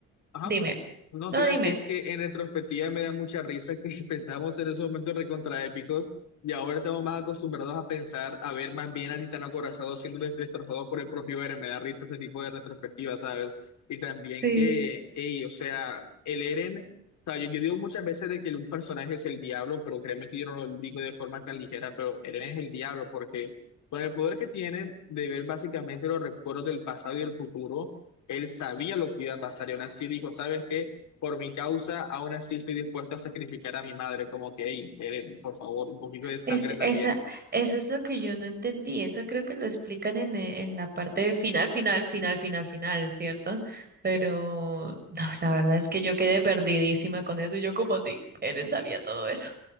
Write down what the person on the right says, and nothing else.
dime,
no
dime.
Sí.
Es,
esa, eso es lo que yo no entendí. Eso creo que lo explican en, e- en la parte de final, final, final, final, final, ¿cierto? Pero <laughs> no, la verdad es que yo quedé perdidísima con eso. y Yo como así, él sabía todo eso.